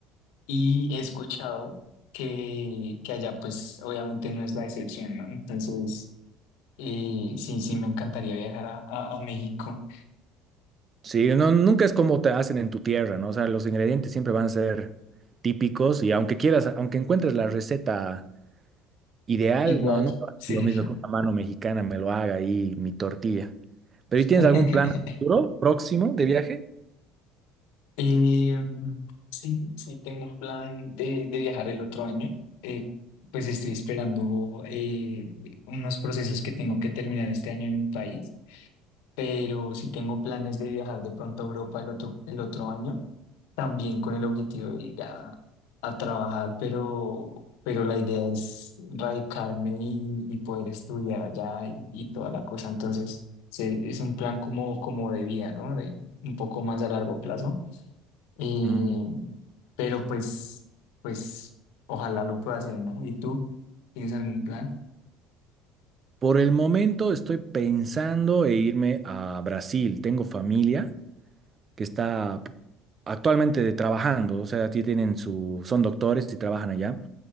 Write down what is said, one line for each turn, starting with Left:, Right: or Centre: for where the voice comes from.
Left: y he escuchado que, que allá pues obviamente no es la excepción, ¿no? Entonces eh, sí, sí, me encantaría viajar a, a, a México.
Right: Sí, no, nunca es como te hacen en tu tierra, ¿no? O sea, los ingredientes siempre van a ser típicos y aunque quieras, aunque encuentres la receta ideal,
Left: Igual,
Right: no, nunca va
Left: sí.
Right: a ser lo mismo que una mano mexicana me lo haga ahí mi tortilla. Pero ¿y tienes
Left: <laughs>
Right: algún plan a futuro, próximo de viaje?
Left: Eh, sí, sí, tengo un plan de, de viajar el otro año. Eh, pues estoy esperando eh, unos procesos que tengo que terminar este año en mi país, pero sí tengo planes de viajar de pronto a Europa el otro, el otro año, también con el objetivo de ir a, a trabajar, pero, pero la idea es radicarme y, y poder estudiar allá y, y toda la cosa. Entonces, se- es un plan como, como de vida, ¿no? De, un poco más a largo plazo. Eh,
Right: Mm,
Left: pero pues, pues, ojalá lo pueda hacer, ¿no? ¿Y tú? ¿Tienes algún plan?
Right: Por el momento estoy pensando en irme a Brasil. Tengo familia. que está actualmente trabajando, o sea, ti- tienen su, son doctores y trabajan allá.